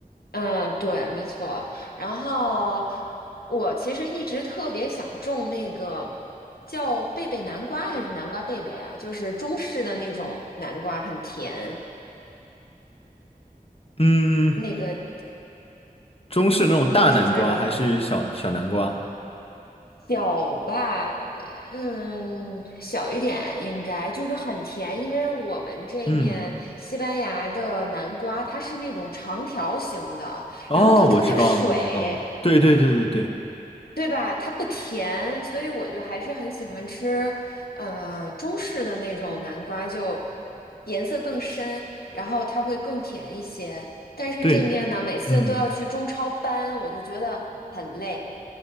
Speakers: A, on the left; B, on the left.
A: 嗯，对，没错。然后我其实一直特别想种那个叫贝贝南瓜还是南瓜贝贝啊，就是中式的那种南瓜，很甜。
B: 嗯，
A: 那个
B: 中式那种大南瓜还是小小南瓜？
A: 你知道吗？小吧，嗯，小一点应该就是很甜，因为我们这面西班牙的南瓜它是那种长条形的，
B: 嗯，哦，
A: 然后它特别水。
B: 我知道了，我知道了。对对对对对
A: 对吧？它不甜，所以我就还是很喜欢吃，呃，中式的那种南瓜，就颜色更深，然后它会更甜一些。但是这面呢，
B: 对，
A: 每次都要去中超搬，
B: 嗯，
A: 我就觉得很累。